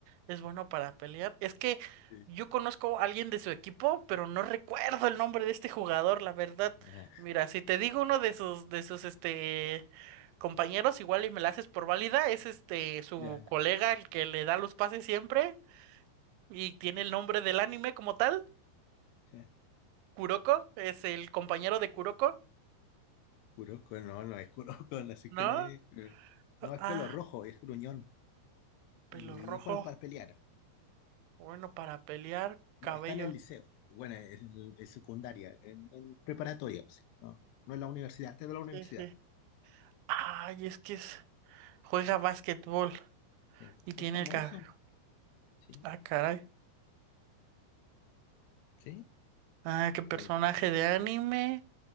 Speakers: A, on the right; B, on the left.
A: Es bueno para pelear. Es que
B: Sí.
A: yo conozco a alguien de su equipo, pero no recuerdo el nombre de este jugador, la verdad.
B: Ah,
A: Mira, si te digo uno de sus, de sus, este, compañeros, igual y me la haces por válida, es este, su
B: ya.
A: colega, el que le da los pases siempre. Y tiene el nombre del anime como tal.
B: ya.
A: Kuroko es el compañero de Kuroko,
B: Kuroko, no, no es Kuroko, no sé
A: ¿no?
B: quién es. No, es
A: Ah,
B: pelo rojo, es gruñón. Y
A: pelo rojo.
B: es bueno para pelear.
A: Bueno, para pelear, cabello.
B: Va- Está en el liceo, bueno, en, en secundaria, en, en preparatoria, sí. No, no en la universidad, está en la universidad.
A: Sí, sí. Ay, es que es- juega básquetbol
B: Sí.
A: y tiene
B: Es famoso,
A: el cabello.
B: sí,
A: Ah, caray.
B: sí.
A: Ah, qué personaje
B: Eh,
A: de anime